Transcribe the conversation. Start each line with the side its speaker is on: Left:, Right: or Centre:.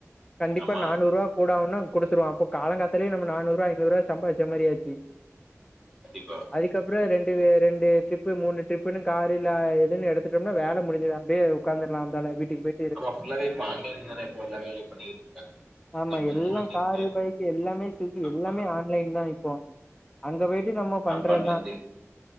Left: கண்டிப்பா
Centre: ஆமா
Left: நானூறுவா கூடஆகும்வா கூடுத்துடுவ அப்ப காலேய நூறுபா சம்பாச்ச மாதிரியாச்சு
Centre: கண்டிப்பா
Left: அதுக்கப்றோம் ரெண்டு ரெண்டு டிரிப்பு மூனு டரிப்புன்னு காரு எல்லா இதுனு எடுத்துட்டோம்னா வேல முடிஞ்சுது அப்டியே உக்காந்துடுலாந்தா வீட்டுக்கு போய்
Centre: ஆமா ஃபுல்லாவே இப்ப ஆன்லைன் தான இப்போ எல்லாமே பண்ணிட்டு இருக்காங்க
Left: ஆமா
Centre: எல்லாமே
Left: எல்லா
Centre: ஆன்லைன்ல
Left: காரு பைக்கு எல்லாமே சுவுங்க்கி
Centre: ஆமா
Left: எல்லாமே ஆ லைன் தா இப்போ அங்க போய்ட்டு நம்ம
Centre: சாப்பாட்ல
Left: பண்றதா
Centre: இருந்து